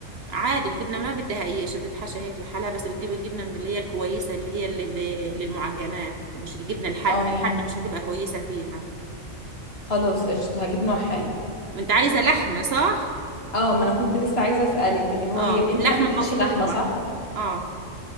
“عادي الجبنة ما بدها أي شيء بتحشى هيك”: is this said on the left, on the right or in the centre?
Right